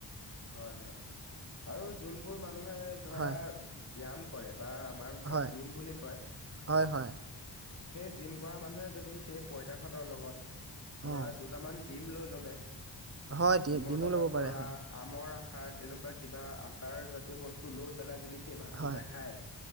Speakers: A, on the left; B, on the right.
A: হয় হয় আৰু যোনবোৰ মানুহে ধৰা।
B: হয়
A: ব্যায়াম কৰে। বা আমাৰ ভাষাত
B: হয়
A: জিম বুলি কয়।
B: হয় হয়
A: সেই জিম কৰা মানুহে যদি সেই পঁইতা ভাতৰ লগত
B: অ
A: ধৰা দুটামান ডিম লৈই ললে।
B: হয়
A: ডিমৰ
B: ডিমো
A: লগত
B: ল'ব
A: ধৰা
B: পাৰে হয়।
A: আমৰ আচাৰ তেনেকুৱা কিবা আচাৰ জাতীয় বস্তু লৈ পেলাই যদি সেই ভাতকেইটা
B: হয়
A: খাই,